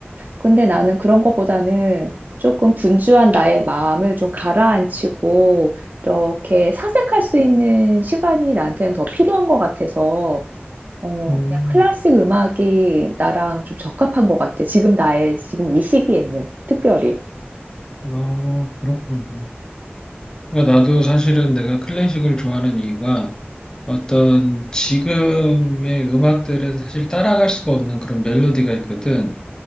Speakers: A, on the right (about 45°); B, on the left (about 20°).
A: 근데 나는 그런 것보다는 조금 분주한 나의 마음을 좀 가라앉히고 이렇게 사색할 수 있는 시간이 나한테는 더 필요한 것 같아서 어,
B: 음.
A: 그냥 클래식 음악이 나랑 좀 적합한 것 같아. 지금 나의 지금 이 시기에는 특별히.
B: 아, 그렇구나. 그러니까 나도 사실은 내가 클래식을 좋아하는 이유가 어떤 지금의 음악들은 사실 따라갈 수가 없는 그런 멜로디가 있거든.